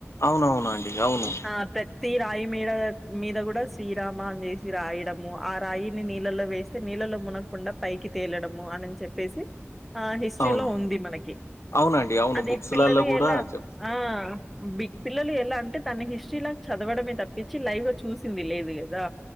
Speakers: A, on the left; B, in the centre.
A: అవునవునండి అవును
B: ఆ ప్రతి రాయు మీద కూడా శ్రీరామ అని చేసి రాయడము ఆ రాయిని నీల్లళ్లో వేస్తే నీళ్ళలో మునకుండా పైకి తేలడము అనిన్ చెప్పేసి ఆ హిస్టరీలో
A: అవును
B: ఉంది మనకి
A: అవునండి అవును
B: అది
A: బుక్స్లలో
B: పిల్లలు
A: కూడా
B: ఎలా
A: చెప్
B: ఆ బి పిల్లలు ఎలా అంటే తన హిస్టరీలా చదవడమే తప్పించి లైవ్ గా చూసింది లేదు గదా